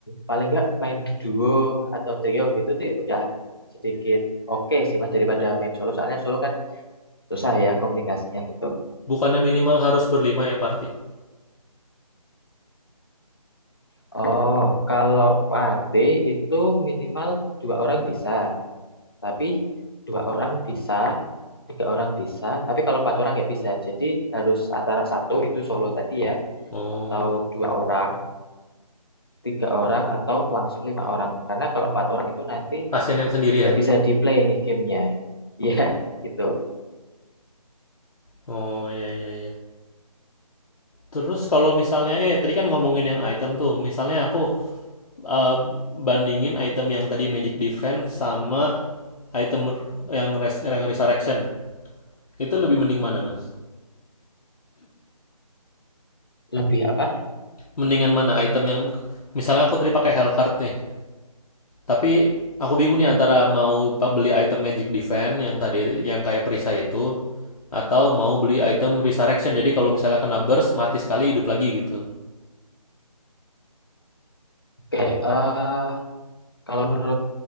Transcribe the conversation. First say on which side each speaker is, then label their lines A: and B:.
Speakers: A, on the left; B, on the left.
A: paling nggak main duo atau trio gitu tuh udah sedikit oke sih Mas daripada main solo. Soalnya solo kan susah ya komunikasinya gitu.
B: Bukannya minimal harus berlima ya party?
A: Oh, kalau party itu minimal dua orang bisa, tapi dua orang bisa tiga orang bisa, tapi kalau empat orang nggak bisa. Jadi harus antara satu itu solo tadi ya,
B: Oh,
A: atau dua orang, tiga orang, atau langsung lima orang. Karena kalau empat orang itu nanti
B: kasihan yang sendirian.
A: nggak bisa di play nih gamenya. Iya, gitu.
B: Oh iya iya iya. Terus kalau misalnya eh tadi kan ngomongin yang item tuh, misalnya aku eh, bandingin item yang tadi Magic Defense sama item yang res- yang Resurrection. Itu lebih mending mana, Mas?
A: Lebih apa?
B: Mendingan mana item yang misalnya aku tadi pakai Hellcard nih. Tapi aku bingung nih antara mau beli item Magic Defense yang tadi yang kayak perisai itu atau mau beli item Resurrection. Jadi kalau misalnya kena burst mati sekali hidup lagi gitu.
A: Kayak eh kalau menurut